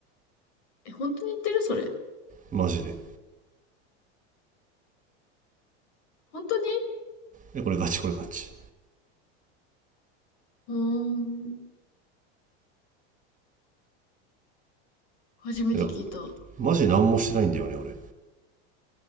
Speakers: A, on the left; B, on the right.
A: え、本当に言ってるそれ。
B: マジで
A: 本当に
B: でこれガチこれガチ
A: うーん。初めて聞いた。
B: でだからマジ何もしてないんだよね俺